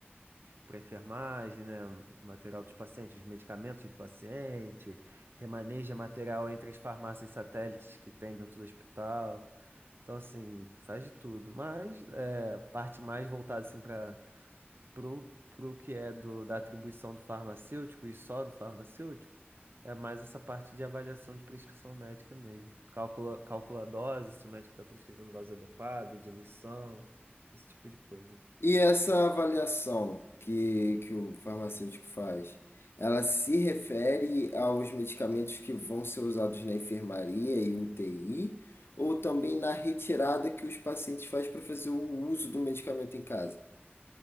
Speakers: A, on the right; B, on the left.
A: para enfermagem, né? Material dos pacientes, os medicamentos do paciente, remaneja material entre as farmácias satélites que tem dentro do hospital. Então, assim, faz de tudo. Mas é, parte mais voltada assim, para pro, pro que é do, da atribuição do farmacêutico e só do farmacêutico, é mais essa parte de avaliação de prescrição médica mesmo. Calcula, calcula a dose, se o médico está prescrevendo dose adequada, diluição, esse tipo de coisa.
B: E essa avaliação que, que o farmacêutico faz, ela se refere aos medicamentos que vão ser usados na enfermaria e UTI, ou também na retirada que os pacientes fazem para fazer o uso do medicamento em casa?